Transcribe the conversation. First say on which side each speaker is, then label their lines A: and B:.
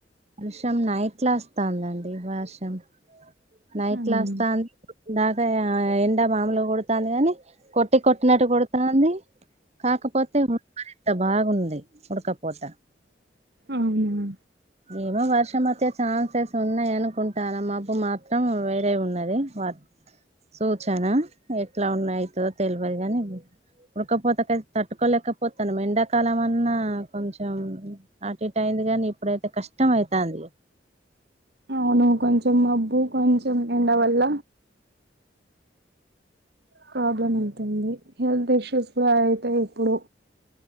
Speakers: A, on the right (about 40°); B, on the right (about 65°).
A: వర్షం నైట్లా వస్తందండి వర్షం నైట్
B: అవును
A: లో వస్తాంది ఇందాకా ఎండ మాములు కుడుతాంది గాని కొట్ పట్టి కొట్టినట్టు కొడుతుంది కాకపోతే ఉబరిత బాగుంది ఉడకపోత
B: అవున
A: ఏమో వర్షం అస్తే ఛాన్సెస్ ఉన్నాయ అనుకుంటాన మబ్బు మా మాత్రం వేరే ఉన్నది వాత్ సూచన ఎట్లా ఉన్నాయి తో తెలవదు గానీ ఉడకపోతేకయితె తట్టుకోలేకపోతాను ఎండాకాలం అన్నా కొంచెం అటు ఇటు అయింది గాని ఇప్పుడైతే కష్టం అయితంది
B: అవును కొంచెం మబ్బు కొంచెం ఎండ వల్ల ప్రాబ్లమ్ అవుతుంది హెల్త్ ఇష్యూస్ కూడా అయితయి ఇప్పుడు